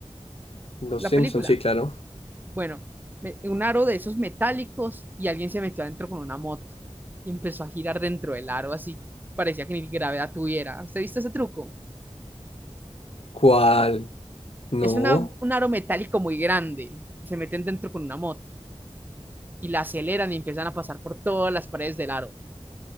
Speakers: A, on the left; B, on the right.
A: Los
B: La
A: Simpsons,
B: película
A: sí, claro.
B: Bueno, me- un aro de esos metálicos y alguien se metió adentro con una moto y empezó a girar dentro del aro, así parecía que ni gravedad tuviera. ¿Usted ha visto ese truco?
A: ¿Cuál? No.
B: Es una, un aro metálico muy grande y se meten dentro con una moto y la aceleran y empiezan a pasar por todas las paredes del aro.